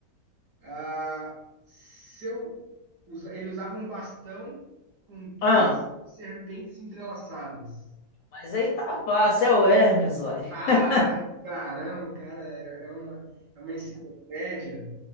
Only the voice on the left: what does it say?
Ah,
mas aí tá fácil, é o Hermes, uai.
<laughs>